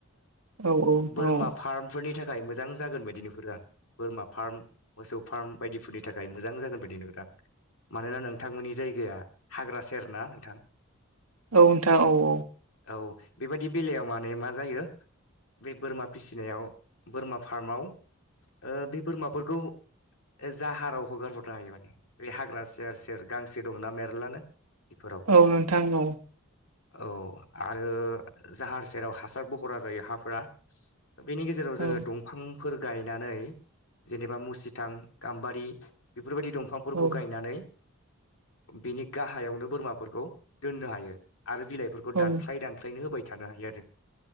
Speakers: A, on the right; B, on the left.
A: नोंथां औ
B: बोरमा
A: औ
B: फार्मफोरनि थाखाय मोजां जागोन बायदि नुहुरो आं बोरमा फार्म मोसौ फार्म बायदिफोरनि थाखाय मोजां जागोन बायदि नुदों आं मानोना नोंथांमोननि जायगाया हाग्रा सेर ना नोंथां
A: औ नोंथां औ औ
B: औ बेबायदि बेलायाव माने मा जायो बे बोरमा फिसिनायाव बोरमा फार्माव ओ बे बोरमाफोरखौ जाहाराव हगारहरनो हायो माने बे हाग्रा सेर सेर गांसो दङना मेरलानो बेफोराव
A: औ नोंथां औ
B: औ आरो जाहार सेराव हासार बहरा जायो हाफोरा बेनि गेजेराव जोङो
A: औ
B: दं फांफोर गायनानै जेनेबा मुसिथां गाम्बारि बेफोरबायदि दंफां फोरखौ
A: औ
B: गायनानै बिनि गाहायावनो बोरमाफोरखौ दोननो हायो आरो बिलाइफोरखौ
A: औ
B: दानफ्लाय दान खायनो होबाय थानो हायो आरो